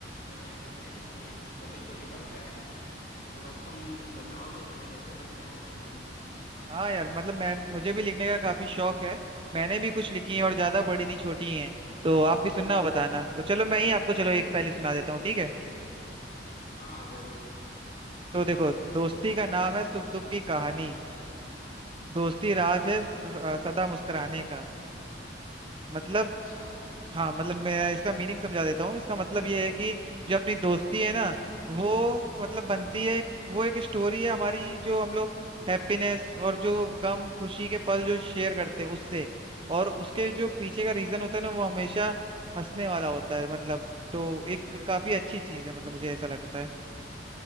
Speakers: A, on the left; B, on the right.
A: जो मैंने खुद से लिखी हैं छोटी छोटी कविताएं हैं तो बस तुम बताओ कि तुम्हें कैसे लगते हैं वो सुनने में
B: हाँ यार मतलब मैं मुझे भी लिखने का काफी शौक है मैंने भी कुछ लिखी है और ज्यादा बड़ी नहीं छोटी हैं तो आप भी सुनना और बताना तो चलो मैं ही आपको चलो एक पहले सुना देता हूँ ठीक है
A: हाँ हाँ जरूर
B: तो देखो दोस्ती का नाम है सुख दुख की कहानी दोस्ती राज है स- अ, सदा मुस्कुराने का मतलब
A: अच्छा
B: हाँ मतलब मैं इसका मीनिंग समझा देता हूँ इसका मतलब ये है कि जो अपनी दोस्ती है ना वो मतलब बनती है वो एक स्टोरी है हमारी जो हम लोग हैप्पीनेस और जो गम खुशी के पल जो शेयर करते हैं उससे और उसके जो पीछे का रीजन होता है ना वो हमेशा हंसने वाला होता है मतलब तो एक काफी अच्छी चीज है मतलब मुझे ऐसा लगता है